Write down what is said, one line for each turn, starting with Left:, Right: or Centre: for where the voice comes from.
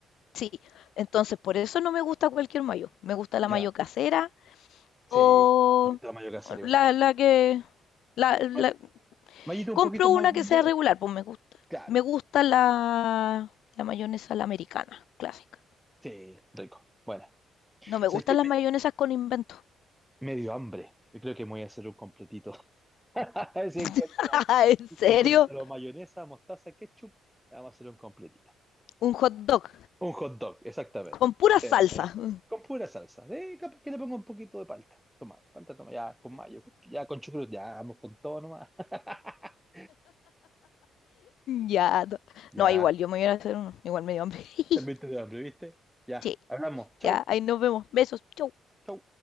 Left: Sí, entonces por eso no me gusta cualquier mayo. Me gusta
Centre: Ya.
Left: la mayo casera
Centre: Sí.
Left: o
Centre: Otra mayo que hacer igual.
Left: la, la que... La,
Centre: May-
Left: la-
Centre: Mayito un
Left: compro
Centre: poquito más
Left: una
Centre: gourmet.
Left: que sea regular, pues me gusta.
Centre: Claro.
Left: Me gusta la, la mayonesa la americana, clásica.
Centre: Sí. Rico. Bueno.
Left: No me
Centre: ¿Sabes
Left: gustan
Centre: qué?
Left: las
Centre: Me,
Left: mayonesas con invento.
Centre: me dio hambre. Yo creo que me voy a hacer un completito. <laughs> Si encuentro,
Left: <laughs> ¿En
Centre: si
Left: serio?
Centre: encuentro mayonesa, mostaza, ketchup, vamos a hacer un completito.
Left: Un hot dog
Centre: Un hot dog, exactamente.
Left: con pura salsa.
Centre: Eh,
Left: <laughs>
Centre: con pura salsa. Eh, capaz que le pongo un poquito de palta. Toma, palta, toma, ya, con mayo, con- ya con chucrut, ya, vamos con todo nomás. <laughs>
Left: Ya. No,
Centre: Ya,
Left: no, igual, yo me voy a ir a hacer uno. Igual me dio hambre. <laughs>
Centre: también te dio hambre, ¿viste? Ya,
Left: Sí,
Centre: hablamos. Chau,
Left: ya, ahí nos vemos. Besos. Chau.
Centre: chau.